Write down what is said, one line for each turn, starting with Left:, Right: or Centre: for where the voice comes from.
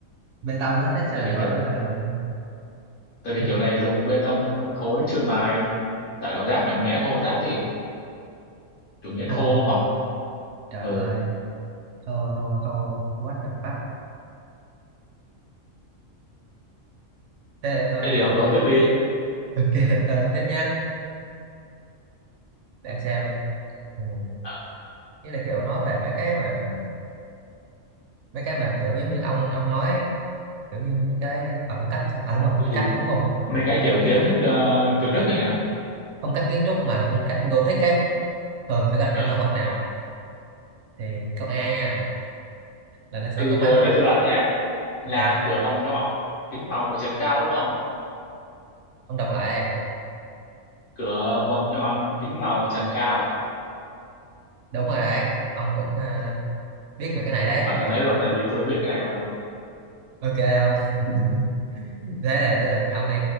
Right: Bê tông á, thế sao
Left: Tại vì
Right: lại
Left: kiểu
Right: gọi là
Left: tại vì
Right: <laughs>
Left: kiểu này dùng bê tông nguyên khối chưa mài tạo cảm giác mạnh mẽ thô ráp đi chủ nghĩa
Right: thô.
Left: thô mộc
Right: Trời
Left: ừ
Right: ơi, thô thô thô, what the fuck. Thế để tôi
Left: thế thì ông đối tiếp đi
Right: <laughs> ok, để tôi nói tiếp nha. Để xem. Ừ.
Left: ờ
Right: Ý là kiểu nói về mấy cái mà mấy cái mà kiểu giống như ông ông nói ấy. kiểu như mấy cái ở phong cách à đúng rồi
Left: thì
Right: phong cách đúng không
Left: mấy cái
Right: phong
Left: kiểu
Right: cách kiến
Left: kiến
Right: trúc
Left: thức uh, thưởng thức này hả
Right: phong cách kiến trúc mà phong cách Gothic ấy thường sẽ đặt điểm
Left: ờ
Right: nổi bật nào thì câu A nha là nó sẽ
Left: từ
Right: có máy
Left: giờ
Right: vượt
Left: để tôi đoán rồi nha
Right: ok
Left: là cửa vòng nhọn kính màu của trần cao đúng không
Right: ông đọc lại đây
Left: cửa vòng nhọn kính màu trần cao
Right: đúng rồi đấy ông cũng à, biết về cái này đấy
Left: phải cái đấy luôn tại vì tôi biết cái này mà
Right: ok ông
Left: <laughs> ừ.
Right: <laughs> thế là tới lượt ông đi